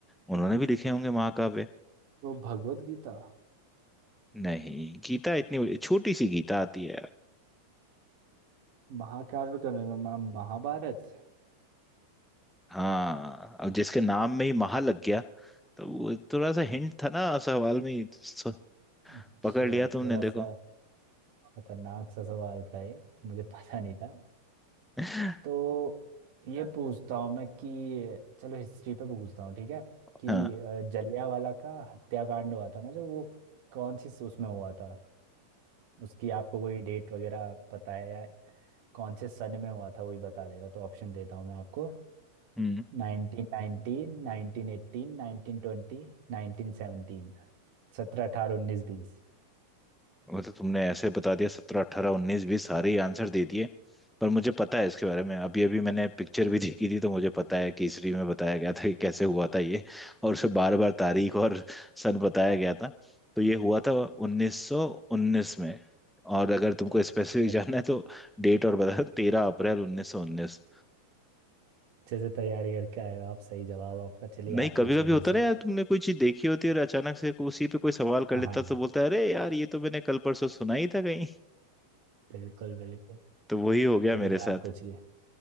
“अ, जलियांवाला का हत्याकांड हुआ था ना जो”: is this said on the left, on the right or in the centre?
Right